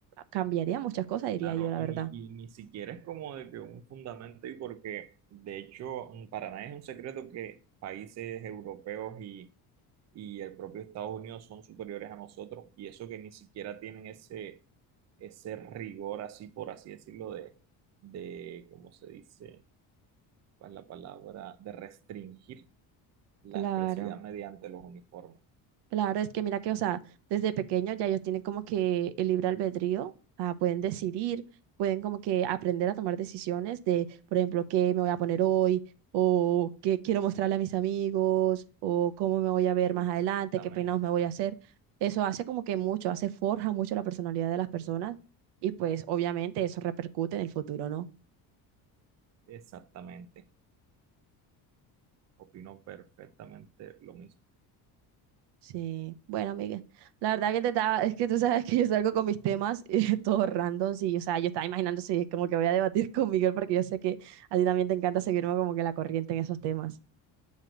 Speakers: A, on the right; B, on the right.
A: cambiaría muchas cosas, diría
B: claro,
A: yo, la
B: y
A: verdad.
B: ni, y ni siquiera es como de que un fundamento, y porque de hecho mm, para nadie es un secreto que países europeos y, y el propio Estados Unidos son superiores a nosotros, y eso que ni siquiera tienen ese, ese rigor así, por así decirlo, de, de, ¿cómo se dice? pues, la palabra de restringir la
A: Claro.
B: expresividad mediante los uniformes.
A: Claro, es que mira que, o sea, desde pequeños ya ellos tienen como que el libre albedrío, ah, pueden decidir, pueden como que aprender a tomar decisiones de, por ejemplo, qué me voy a poner hoy, o qué quiero mostrarle a mis amigos, o cómo me voy a ver
B: Exactamente,
A: más adelante, qué peinados me voy a hacer. Eso hace como que mucho, hace forja mucho la personalidad de las personas y pues obviamente eso repercute en el futuro, ¿no?
B: exactamente. Opino perfectamente lo mismo.
A: Sí, bueno, amiga, la verdad que te estaba, <laughs> es que tú sabes que yo salgo con mis temas eh, <laughs> todos random, sí, o sea, yo estaba imaginando si es como que voy a debatir <laughs> con Miguel porque yo sé que a ti también te encanta seguirme como que la corriente en esos temas.